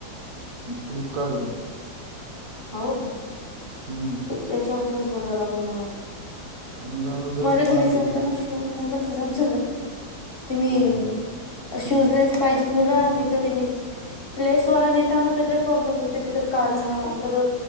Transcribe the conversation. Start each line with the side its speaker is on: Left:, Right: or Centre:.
Right: फ्लिपकार्टवरून.
Left: हो का.
Right: हम्म.
Left: त्याच्यावरूनच बोलवा लागेल मग.
Right: अमेझॉनवर जरासं
Left: मला घ्यायचा
Right: महाग भेटते
Left: होता ना शू माझा खराब झाला. ते मी
Right: हो का भेट
Left: शूजलेस
Right: हम्म.
Left: पाहिजेत मला तर ते मी लेसवाला नेताव तर लय प्रॉब्लेम येते तिथं काढा डबल